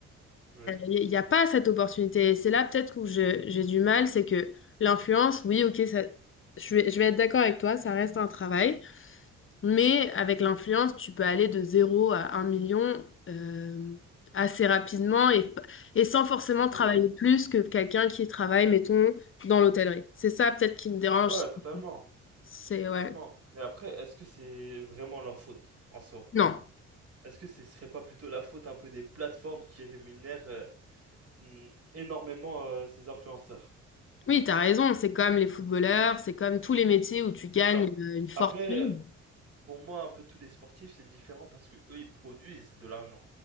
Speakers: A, on the right; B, on the left.
A: Oui,
B: il n'y a pas cette opportunité. Et c'est là peut-être où je- j'ai du mal, c'est que l'influence, oui, ok, ça, je vais, je vais être d'accord avec toi, ça reste un travail, mais avec l'influence, tu peux aller de zéro à un million euh, assez rapidement et, et sans forcément travailler
A: c'est vrai.
B: plus que quelqu'un qui travaille, mettons, dans l'hôtellerie. C'est ça peut-être qui me dérange.
A: Ouais, totalement,
B: C'est
A: totalement.
B: ouais.
A: Mais après, est-ce que c'est vraiment leur faute en soi?
B: Non.
A: Est-ce que ce serait pas plutôt la faute un peu des plateformes qui rémunèrent euh, mm, énormément euh, ces influenceurs?
B: Oui, t'as raison. C'est comme les footballeurs, c'est comme tous les métiers où tu gagnes
A: Ça.
B: euh, une fortune.
A: Après, euh, pour moi, un peu tous les sportifs, c'est différent parce que eux, ils produisent de l'argent.